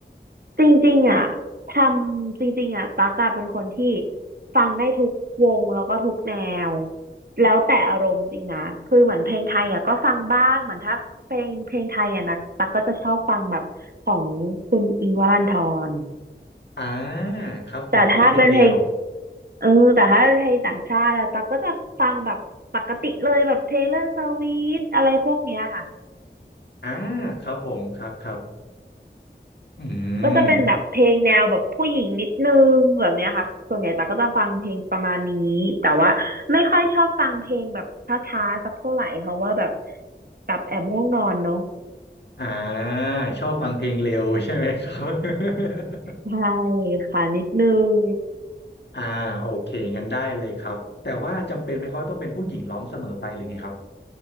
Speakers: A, on the right; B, on the left.
A: จริงๆอ่ะทำจริงๆอ่ะตั๊กอะเป็นคนที่ฟังได้ทุกวงแล้วก็ทุกแนวแล้วแต่อารมณ์จริงนะคือเหมือนเพลงไทยอ่ะก็ฟังบ้างเหมือนถ้าเพลงเพลงไทยอ่ะนะตั๊กก็จะชอบฟังแบบของคุณอิงค์วรันธร
B: อ่าครับผมศิลปินเดียว
A: แต่ถ้าเป็นเพลงเออแต่ถ้าเป็นเพลงต่างชาติอะตั๊กก็จะฟังแบบปกติเลยแบบ Taylor Swift อะไรพวกเนี้ยค่ะ
B: อ่าครับผมครับครับอืม
A: ก็จะเป็นแบบเพลงแนวแบบผู้หญิงนิดนึงแบบเนี้ยค่ะ ส่วนใหญ่ตาก็จะฟังเพลงประมาณนี้แต่ว่าไม่ค่อยชอบฟังเพลงแบบช้าๆสักเท่าไหร่เพราะว่าแบบแบบแอบง่วงนอนเนาะ
B: อ่าชอบฟังเพลงเร็วใช่ไหมครับ <laughs>
A: ใช่ค่ะนิดนึง
B: อ่าโอเคงั้นได้เลยครับแต่ว่าจำเป็นไหมเขาต้องเป็นผู้หญิงร้องเสมอไปหรือไงครับ